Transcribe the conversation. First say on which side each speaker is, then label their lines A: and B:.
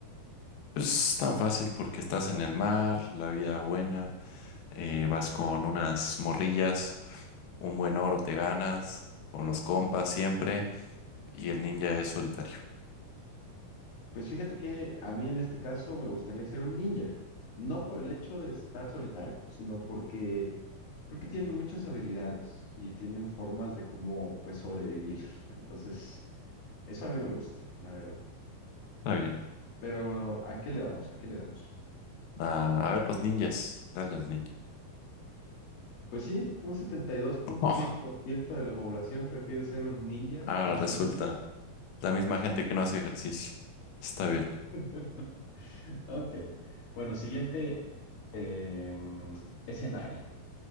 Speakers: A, on the left; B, on the left.
A: Pues es tan fácil porque estás en el mar, la vida buena, eh, vas con unas morrillas Un buen oro te ganas, con los compas siempre, y el ninja es solitario.
B: Pues fíjate que a mí en este caso me gustaría ser un ninja, no por el hecho de estar solitario, sino porque creo que tienen muchas habilidades y tienen formas de cómo pues sobrevivir. Entonces, eso a mí me gusta, la verdad.
A: Está bien.
B: Pero ¿a qué le damos? ¿A qué le damos?
A: Ah, a ver, los ninjas. Dale al ninja. <laughs>
B: Pues sí, un setenta y dos punto
A: Oh,
B: seis por ciento de la población prefiere ser un ninja
A: ahora
B: a
A: resulta
B: ser un...
A: la misma gente que no hace ejercicio. Está bien.
B: <laughs> Ok. Bueno, siguiente em, escenario.